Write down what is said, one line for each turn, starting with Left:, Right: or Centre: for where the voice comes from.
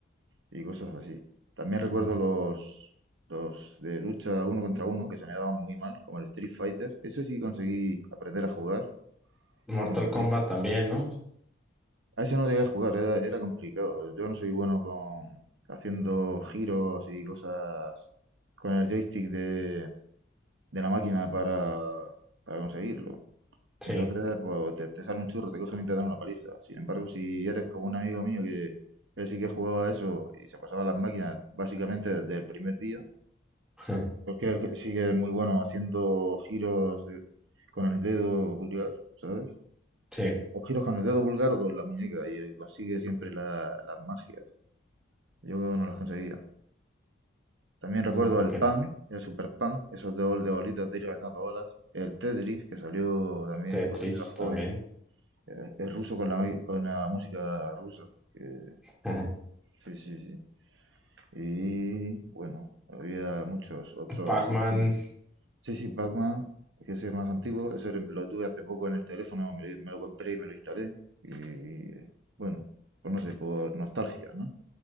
Right: y cosas así. También recuerdo
Centre: Mm,
Right: los, los de lucha uno contra uno que se me daban muy mal, como el Street Fighter. Eso sí conseguí aprender a jugar.
Centre: Mortal
Right: combatir.
Centre: Kombat también, ¿no?
Right: A ese no llegué a jugar, era, era complicado. Yo no soy bueno con haciendo giros y cosas con el joystick de, de la máquina para, para conseguirlo.
Centre: Sí,
Right: Entonces, pues te, te sale un churro, te cogen y te dan una paliza. Sin embargo, si eres como un amigo mío que él sí que jugaba a eso y se pasaba las máquinas básicamente desde el primer día,
Centre: <laughs>
Right: porque él que- sí que es muy bueno haciendo giros de- con el dedo pulgar, ¿sabes?
Centre: sí.
Right: O giros con el dedo pulgar o con la muñeca y él consigue siempre la- las magias. Yo no las conseguía. También recuerdo
Centre: Mm, ok,
Right: el pan, el super pan, esos de, bol- de bolitas de ir levantando bolas. El Tetris, que salió también
Centre: Tetris
Right: cuando yo era joven.
Centre: también.
Right: Eh, es ruso con la, con la música rusa. Eh,
Centre: <laughs>
Right: sí, sí, sí. Y bueno, había muchos otros.
Centre: Pac-Man,
Right: Sí, es que- sí, sí, Pac-Man, que es el más antiguo. Ese lo tuve hace poco en el teléfono, me lo, me lo compré y me lo instalé. Y bueno, pues no sé, por nostalgia, ¿no?